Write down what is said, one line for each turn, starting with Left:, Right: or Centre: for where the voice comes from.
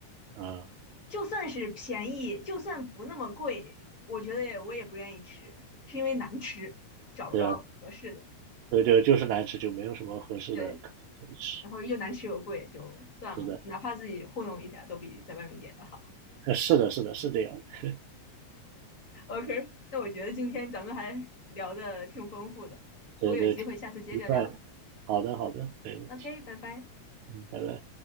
Right: 啊，
Left: 就算是便宜，就算不那么贵，我觉得也我也不愿意吃，是因为难吃，找不着合适的。
Right: 对啊，对对，就是难吃，就没有什么合适的可可以吃，
Left: 对，然后又难吃又贵，就算了，
Right: 是的，
Left: 哪怕自己糊弄一下，都比在外面点的好。
Right: 呃是的，是的，是这样的，
Left: OK，那我觉得今天咱们还聊的挺丰富的，
Right: 对对，
Left: 如果有机会，
Right: 挺愉快的，
Left: 下次接着聊。
Right: 好的好的，没问题，
Left: OK，拜拜。
Right: 嗯，拜拜。